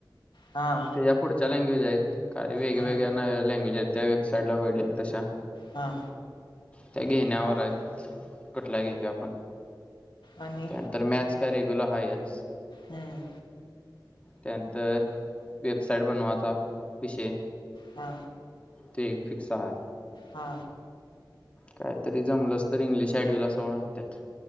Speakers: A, on the left (about 80°); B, on the left (about 15°).
A: हा
B: त्याच्या पुढच्या लँग्वेज आहेत. काय वेगवेेगळ्या
A: हा
B: लँग्वेज आहेत त्या वेबसाईटला बघलेल्या तशा.
A: हा.
B: त्या घेण्यावर हायत, कुटला घेतोय आपण.
A: आणि
B: नंतर मॅच का रेगुल हायच
A: हम्म
B: त्यानंतर वेबसाइट बनवायचा विषय
A: हा
B: ते एक फिक्स आहे
A: हा
B: कायतरी जमलंस तर इंग्लिश एँड होईल असं म्हणत्यात